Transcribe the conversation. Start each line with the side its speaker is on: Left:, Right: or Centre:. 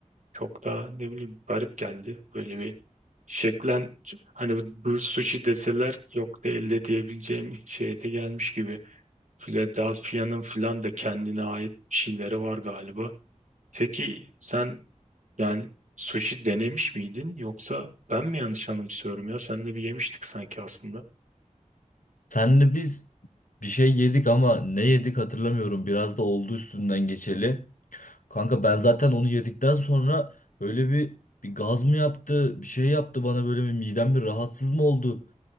Right: çok da ne bileyim garip geldi. Böyle bir şeklen hani bu sushi deseler yok değil de diyebileceğim şeye de gelmiş gibi. Philadelphia'nın filan da kendine ait bir şeyleri var galiba. Peki sen yani sushi denemiş miydin yoksa ben mi yanlış anımsıyorum ya? Seninle bir yemiştik sanki aslında.
Left: Senle biz bir şey yedik ama ne yedik hatırlamıyorum. Biraz da oldu üstünden geçeli. Kanka ben zaten onu yedikten sonra böyle bir bir gaz mı yaptı, bir şey yaptı bana böyle bir midem bir rahatsız mı oldu?